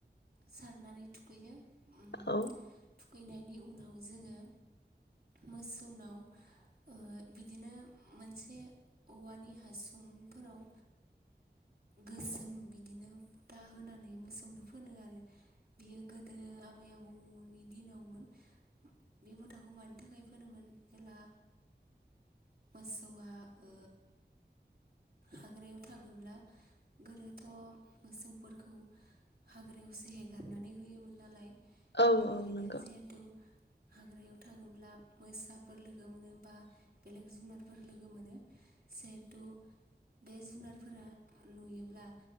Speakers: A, on the right; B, on the left.
A: सारनानै थुखैयो ओम।
B: औ
A: थुखैनायनि उनाव जोङो मोसौनाव ओ बिदिनो मोनसे औवानि हासुंफोराव गोसोम बिदिनो फुथा होनानै मोसौनो फोनो आरो। बियो गोदो आबै आबौनि दिनावमोन। बे फोथाखौ मानि थाखाय फोनोमोन जेला मोसौआ ओ हाग्रायाव थाङोब्ला गोदोथ' मोसौफोरखौ हाग्रायावसे हेगारनानै होयोमोन नालाय
B: औ
A: बेनिखायनो
B: औ नंगौ
A: जिहेथु हाग्रायाव थाङोब्ला मोसाफोर लोगो मोनो बा बेलेग जुनारफोर मोनो। जेहथु बे जुनारफोरा नुयोब्ला